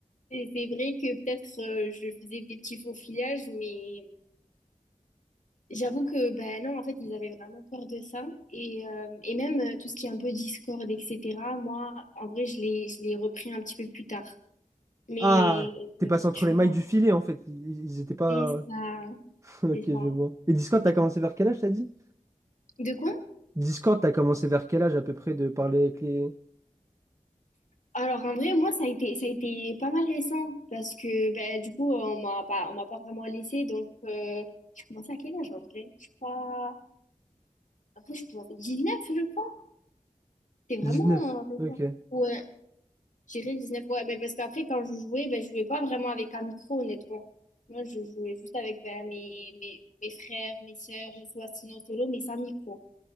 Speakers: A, on the left (about 70°); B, on the right (about 25°).
A: Et C'est vrai que peut-être euh, je faisais des petits faux filages, mais j'avoue que, ben non, en fait, ils avaient vraiment peur de ça. Et, euh, et même euh, tout ce qui est un peu Discord, etc., moi, en vrai, je l'ai, je l'ai repris un petit peu plus tard. Mais
B: Ah, t'es
A: euh,
B: passé entre
A: tu
B: les mailles
A: vois,
B: du filet, en fait. Ils, ils étaient pas.
A: c'est ça,
B: <laughs> Ok,
A: c'est ça.
B: je vois. Et Discord, t'as
A: tu
B: commencé
A: vois.
B: vers quel âge, t'as dit?
A: De quoi?
B: Discord, t'as commencé vers quel âge à peu près de parler avec les
A: Alors en vrai, moi ça a été ça a été pas mal récent parce que ben du coup on m'a pas on m'a pas vraiment laissé donc euh, j'ai commencé à quel âge en vrai? Je crois après je commence neuf je crois. C'est vraiment
B: dix-neuf
A: euh, récent.
B: Ok.
A: Ouais, j'irais 19 ouais mais parce qu'après quand je jouais ben je jouais pas vraiment avec un micro honnêtement. Moi je jouais juste avec ben, mes, mes mes frères, mes sœurs, je jouais sinon solo mais sans micro.